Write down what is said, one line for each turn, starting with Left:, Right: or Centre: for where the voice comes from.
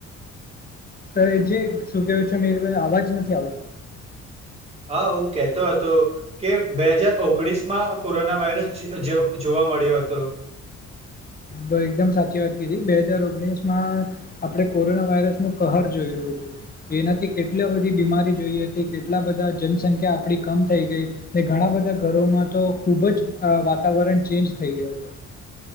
Left: તો જે શું કેું છે મે અવાજ નથી આવતો.
Right: હા હું કતો હતો કે બે હજાર ઓગણીસ માં કોરોના વાયરસ જ જ જોવા મળ્યો હતો.
Left: તો એકદમ સાચી વાત કીધી બે હાજાર ઓગણીસ માં આપડણે કોરોના વાયરસ નું કહર જોયું. એનાથી કેટલી બધી બીમારી જોઈ હતી કેટલા બધા જનસંખ્યા આપડી કમ થઈ ગઈ. ઘણા બધા ઘરોમાં તો ખુબ જ વાતાવરણ ચેન્જ થઈ ગયો હતું.